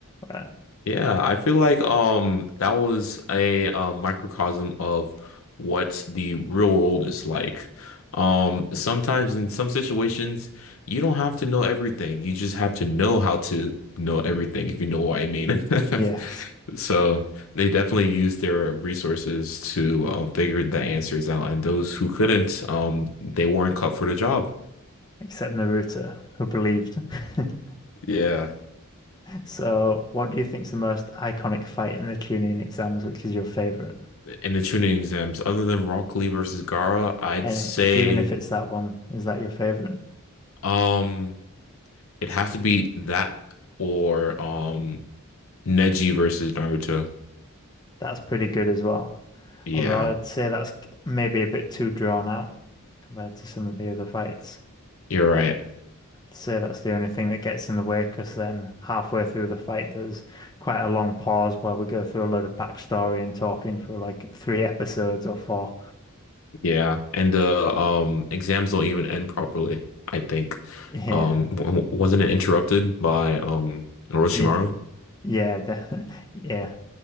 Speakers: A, on the left; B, on the left.
A: But
B: Yeah, I feel like um that was a, uh microcosm of what the real world is like. Um, sometimes in some situations, you don't have to know everything. You just have to know how to know everything, if you know what I mean.
A: yes.
B: <laughs> So they definitely used their resources to um, figure the answers out, and those who couldn't, um, they weren't cut for the job.
A: except Naruto, who believed. <laughs>
B: Yeah.
A: So, what do you think is the most iconic fight in the Chunin exams, which is your favorite?
B: In the tuning exams, other than Rock Lee versus Gara, I'd
A: And
B: say.
A: even if it's that one, is that your favorite?
B: Um, It has to be that or um Neji versus Naruto.
A: That's pretty good as well.
B: Yeah,
A: Although I'd say that's maybe a bit too drawn out compared to some of the other fights.
B: you're right.
A: I'd say that's the only thing that gets in the way because then halfway through the fight, there's quite a long pause where we go through a load of backstory and talking for like three <laughs> episodes or four.
B: Yeah, and the um exams don't even end properly, I think.
A: Yeah,
B: Um w- wasn't it interrupted by um Orochimaru?
A: yeah, yeah, de- <laughs> yeah.